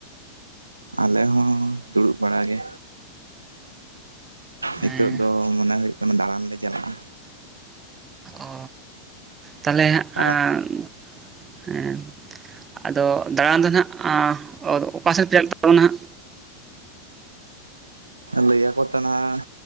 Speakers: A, on the right; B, on the right.
A: ᱟᱞᱮ ᱦᱚᱸ, ᱫᱩᱲᱩᱵ ᱵᱟᱲᱟᱜᱮ᱾ ᱦᱤᱛᱳᱜ
B: ᱦᱮᱸ
A: ᱫᱚ ᱢᱚᱱᱮ ᱦᱩᱭᱩᱜ ᱠᱟᱱᱟ ᱫᱟᱬᱟᱱ ᱞᱮ ᱪᱟᱞᱟᱜᱼᱟ᱾
B: ᱚ ᱛᱟᱦᱚᱞᱮ
A: ᱛᱟᱨᱟ
B: ᱟᱸ ᱦᱮᱸ ᱟᱫᱚ ᱫᱟᱬᱟᱱ ᱫᱚ ᱱᱟᱦᱟᱜ ᱚᱠᱟᱥᱮᱫ ᱯᱮ ᱪᱟᱞᱟᱜ ᱛᱟᱵᱚᱱᱟ ᱦᱟᱜ?
A: ᱞᱟᱹᱭ ᱟᱠᱚ ᱛᱚ ᱱᱟᱜ